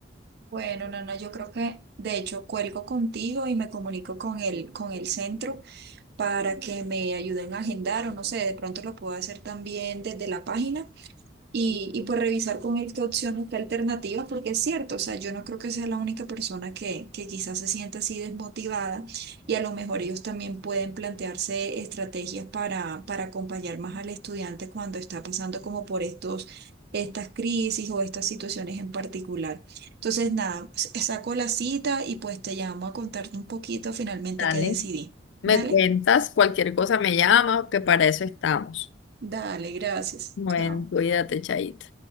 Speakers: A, on the right (about 55°); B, on the left (about 65°).
A: Bueno, Nana, yo creo que de hecho cuelgo contigo y me comunico con el, con el centro para que me ayuden a agendar o no sé, de pronto lo puedo hacer también desde la página Y, y pues revisar con él qué opciones, qué alternativas, porque es cierto, o sea, yo no creo que sea la única persona que, que quizás se sienta así desmotivada y a lo mejor ellos también pueden plantearse estrategias para, para acompañar más al estudiante cuando está pasando como por estos, estas crisis o estas situaciones en particular. Entonces, nada, s- saco la cita y pues te llamo a contarte un poquito finalmente
B: Dale.
A: qué decidí.
B: Me
A: Dale,
B: cuentas, cualquier cosa me llama, que para eso estamos.
A: dale, gracias.
B: Bueno,
A: Chao.
B: cuídate, Chaito.